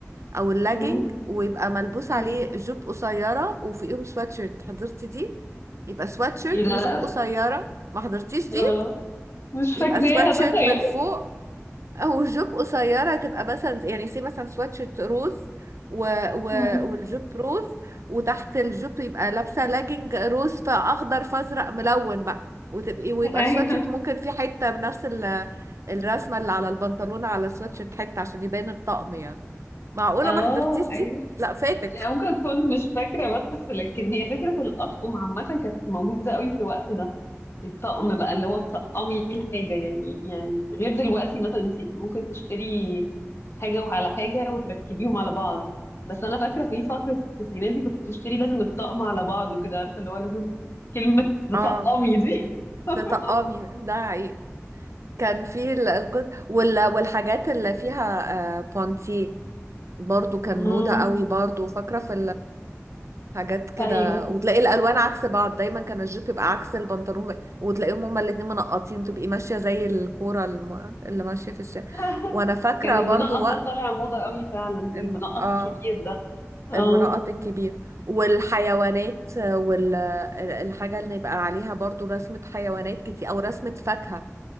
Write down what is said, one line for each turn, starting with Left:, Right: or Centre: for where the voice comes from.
Right: او اللاجينج
Left: مم.
Right: ويبقى ملبوس عليه
Left: مم.
Right: جوب قصيره وفوقيهم سواتشيرت حضرتي دي يبقى سواتشيرت
Left: ايه ده
Right: وجوب
Left: لا
Right: قصيره ما حضرتيش دي
Left: اه مش
Right: يبقى
Left: فاكراها
Right: سواتشيرت
Left: تخيل
Right: من فوق او جوب قصيره تبقى مثلا يعني سي مثلا سواتشيرت روز و... و...
Left: مم.
Right: والجوب روز وتحت الجوب يبقى لابسه لاجينج روز فاخضر فازرق ملون بقى وتبقي ويبقى
Left: ايوه
Right: السواتشيرت ممكن في حته بنفس ال... الرسمه اللي على البنطلون على السواتشيرت حته عشان يبان الطقم يعني معقولة
Left: اه
Right: ما حضرتيش
Left: ايوه
Right: دي لا فاتك
Left: يعني ممكن اكون مش فاكرة بس لكن هي فكرة الأطقم عامة كانت موجودة قوي في الوقت ده الطقم بقى اللي هو تطقمي الحاجة يعني يعني غير دلوقتي مثلا انت ممكن تشتري حاجة وعلى حاجة وتركبيهم على بعض بس انا فاكرة في فترة التسعينات دي كنت تشتري لازم الطقم على بعض وكده عارفة اللي هو لازم كلمة تطقمي
Right: اه
Left: دي <laughs>
Right: تطقمي ده حقيقي كان في ال- القط... وال... والحاجات اللي فيها آه بونتي برضو كان
Left: امم
Right: موضة قوي برضو فاكرة في الحاجات كده
Left: ايوه
Right: وتلاقي الألوان عكس بعض دايما كان الجيب يبقى عكس البنطلون وتلاقيهم هما الاتنين منقطين تبقي ماشية زي الكورة الم... اللي ماشية في الشارع
Left: <laughs>
Right: وأنا فاكرة
Left: كان
Right: برضو
Left: المنقط
Right: وقت
Left: ده طالع موضة قوي فعلا
Right: الم...
Left: المنقط
Right: اه
Left: الكبير ده اه
Right: المناطق الكبيرة والحيوانات والحاجة اللي يبقى عليها برضو رسمة حيوانات كتير أو رسمة فاكهة